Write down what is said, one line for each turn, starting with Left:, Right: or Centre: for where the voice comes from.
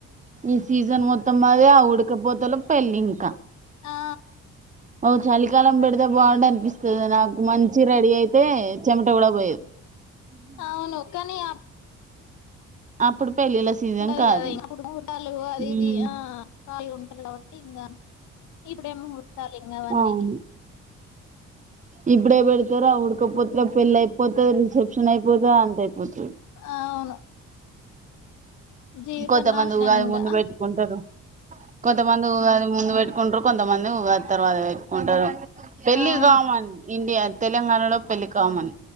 Right: ఈ సీజన్ మొత్తం అదే ఆ ఉడకపోతలో పెళ్ళింక
Left: ఆ
Right: అవు చలికాలం పెడ్దాం బావుండు అనిపిస్తది నాకు మంచి రెడీ అయితే చెమట గుడా పోయద్
Left: అవును కానీ ఆ
Right: అప్పుడు పెళ్ళిళ్ళ సీజన్
Left: ఉంటది
Right: కాదు
Left: కదా ఇంగ అపుడు ముహూర్తాలు అది ఇది
Right: ఉమ్
Left: ఆ ఖాళీ ఉంటారు కాబట్టి ఇంకా ఇప్పుడే ఏమో ముహూర్తాలు ఇంగ వన్ని
Right: అవును ఇప్పుడే బెడ్తర్ ఆ ఉడ్కపోతక్ పెళ్ళైపోతద్, రిసెప్షనైపోతద్, అంత అయిపోతది.
Left: అవును జీవితం
Right: కొంతమంది
Left: నాశనం
Right: ఉగాది
Left: ఇంగా
Right: ముందు పెట్టుకుంటరు. కొంతమంది ఉగాది ముందు వెట్ ఉంట్రూ కొంతమంది ఉగాద్ తర్వాత వెట్టుకుంటరు పెళ్ళి
Left: అవును
Right: కామన్ ఇండియా తెలంగాణలో పెళ్ళీ కామన్